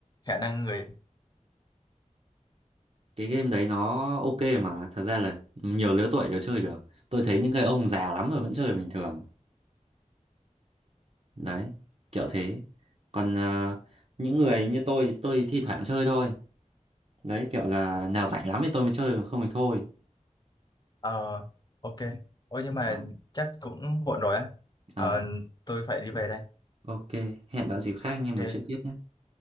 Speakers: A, on the left; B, on the right.
A: khả năng người
B: cái game đấy nó ok mà thật ra là nhiều lứa tuổi đều chơi được tôi thấy những cái ông già lắm rồi vẫn chơi bình thường đấy kiểu thế còn ờ, những người như tôi tôi thi thoảng chơi thôi đấy kiểu là nào rảnh lắm thì tôi mới chơi còn không thì thôi
A: ờ, ok ôi nhưng mà
B: Đó.
A: chắc cũng muộn rồi á
B: à,
A: Ờ, tôi phải đi về đây
B: ok hẹn bạn dịp khác anh em nói
A: ok
B: chuyện tiếp nhé